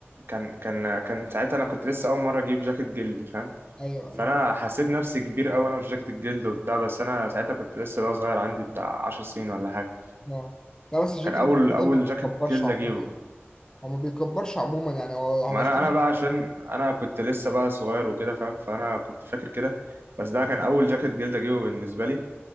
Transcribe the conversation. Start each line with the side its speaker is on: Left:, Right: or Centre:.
Right: كان كان آه، كان ساعتها انا كنت لسه اول مره اجيب جاكيت جلد فاهم
Left: أيوه
Right: فانا
Left: أيوه
Right: حسيت نفسي كبير قوي وانا في جاكيت الجلد وبتاع بس انا ساعتها كنت لسه بقى صغير عندي بتاع 10 سنين ولا حاجه
Left: أه لا بس الجاكيت
Right: كان اول
Left: الجديد
Right: اول
Left: ما بيكبرش
Right: جاكيت جلد
Left: عموما
Right: اجيبه
Left: هو ما بيكبرش عموما يعني هو هو
Right: ما انا
Left: الصح
Right: انا بقى عشان انا كنت لسه بقى صغير وكده فاهم فانا كنت فاكر كده بس ده كان اول جاكيت جلد اجيبه بالنسبه لي